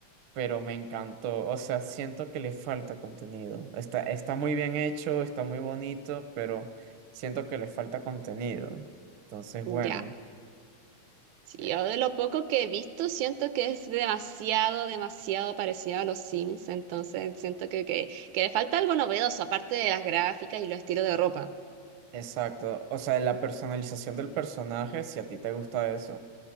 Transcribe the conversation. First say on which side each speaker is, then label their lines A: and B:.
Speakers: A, on the right (about 70°); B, on the right (about 80°).
A: pero me encantó. O sea, siento que le falta contenido. Está, está muy bien hecho, está muy bonito, pero siento que le falta contenido. Entonces, bueno,
B: Ya. Sí,
A: eh,
B: yo de lo poco que he visto siento que es demasiado, demasiado parecido a los Sims, entonces siento que, que, que le falta algo novedoso, aparte de las gráficas y los estilos de ropa.
A: exacto. O sea, la personalización del personaje, si a ti te gusta eso,